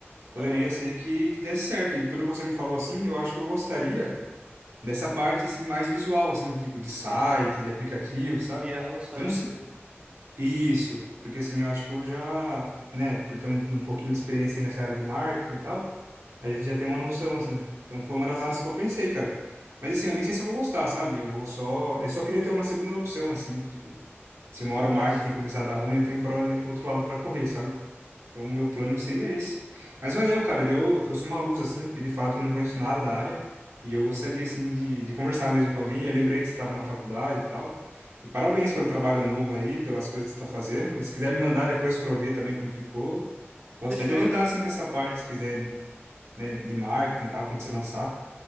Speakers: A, on the right; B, on the right.
A: poderia
B: Aham.
A: ser que, que desse certo. E pelo que você me falou, assim, eu acho que eu gostaria dessa parte, assim, mais visual, assim, tipo, de site, de aplicativo,
B: Ah,
A: sabe?
B: criar o site
A: Eu não sei...
B: mesmo.
A: Isso, porque assim, eu acho que eu já, né, por ter um, um pouquinho de experiência aí nessa área de marketing e tal, a gente já tem uma noção, assim. Então foi uma das áreas que eu pensei, cara. Mas assim, eu nem sei se eu vou gostar, sabe? Eu vou só. Eu só queria ter uma segunda opção, assim. Tipo, se uma hora
B: Ah,
A: o marketing
B: sim.
A: começar a dar ruim, eu tenho para outro lado para correr, sabe? Então o meu plano seria esse. Mas valeu, cara. Deu, trouxe uma luz, assim, porque de fato eu não conheço nada da área. E eu gostaria, assim, de, de conversar mesmo com alguém. Eu lembrei que você estava na faculdade e tal. E parabéns pelo trabalho novo aí, pelas coisas que você está fazendo. E se quiser me mandar depois para eu ver também como ficou. Posso
B: Fechou.
A: até te ajudar, assim, com essa parte, se quiser. de né, de marketing e tal, quando você lançar.